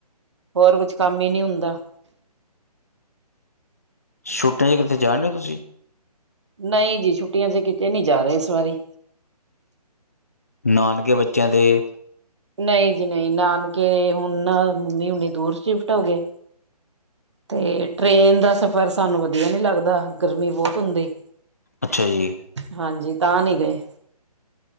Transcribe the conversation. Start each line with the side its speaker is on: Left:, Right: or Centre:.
Right: ਹੋਰ ਕੁਛ ਕੰਮ ਹੀ ਨਹੀ ਹੁੰਦਾ।
Left: ਛੁੱਟੀਆਂ'ਚ ਕਿੱਥੇ ਜਾਣਡੇ ਹੋ, ਤੁਸੀਂ?
Right: ਨਹੀਂ ਜੀ, ਛੁੱਟੀਆਂ'ਚ ਕਿਤੇ ਨਹੀਂ ਜਾ ਰਹੇ, ਇਸ ਵਾਰੀ।
Left: ਨਾਨਕੇ ਬੱਚਿਆਂ ਦੇ
Right: ਨਹੀਂ ਜੀ, ਨਹੀਂ ਨਾਨਕੇ ਹੁਣ ਨਾ ਮੰਮੀ ਹੁਨੀ ਦੂਰ ਸ਼ਿਫਟ ਹੋ ਗਏ ਤੇ, ਟ੍ਰੇਨ ਦਾ ਸਫ਼ਰ ਸਾਨੂੰ ਵਧੀਆ ਨੀ ਲੱਗਦਾ, ਗਰਮੀ ਬਹੁਤ ਹੁੰਦੀ।
Left: ਅੱਛਾ ਜੀ
Right: ਹਾਂਜੀ ਤਾਂ, ਨਹੀਂ ਗਏ।